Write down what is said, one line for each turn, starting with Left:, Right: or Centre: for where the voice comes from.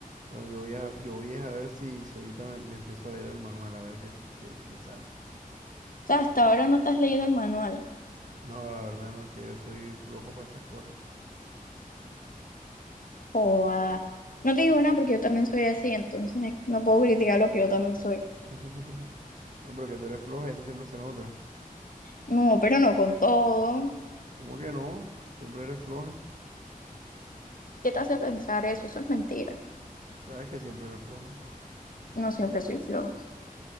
Right: Bueno, yo voy a, yo voy a ver si, si ahorita me, me empiezo a leer el manual, a ver qué, s- qué, qué sale.
Left: sea, hasta ahora no te has leído el manual.
Right: No, la verdad no, es que yo soy flojo para esas cosas.
Left: O ah, no te digo nada porque yo también soy así, entonces no puedo criticar lo que yo también soy.
Right: <laughs> No, pero que tú eres floja, eso siempre se nota.
Left: No, pero no con todo.
Right: ¿Cómo que no? Siempre eres floja.
Left: ¿Qué te hace pensar eso? Eso es mentira.
Right: Sabes que siempre eres floja.
Left: No siempre soy floja.